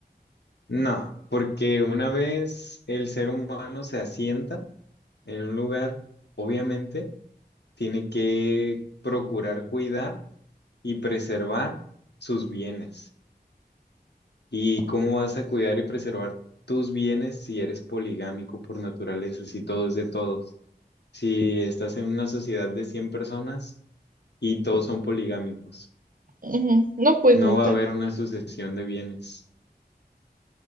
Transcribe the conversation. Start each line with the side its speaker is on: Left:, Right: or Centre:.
Left: No, porque una vez el ser humano se asienta en un lugar, obviamente tiene que procurar cuidar y preservar sus bienes. ¿Y cómo vas a cuidar y preservar tus bienes si eres poligámico por naturaleza, si todo es de todos? Si estás en una sociedad de cien personas. y todos son poligámicos.
Right: ujú. No, pues nunca.
Left: No va a haber una sucesión de bienes.